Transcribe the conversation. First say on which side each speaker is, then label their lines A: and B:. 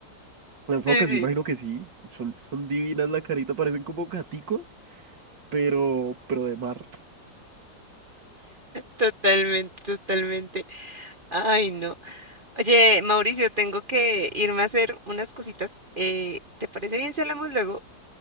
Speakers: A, on the right (about 90°); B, on the right (about 30°).
A: Las focas,
B: Sí, sí.
A: yo imagino que sí. Son, son divinas la carita, parecen como gaticos, pero, pero de mar.
B: Totalmente, totalmente. Ay, no. Oye, Mauricio, tengo que irme a hacer unas cositas. Eh, ¿te parece bien si hablamos luego?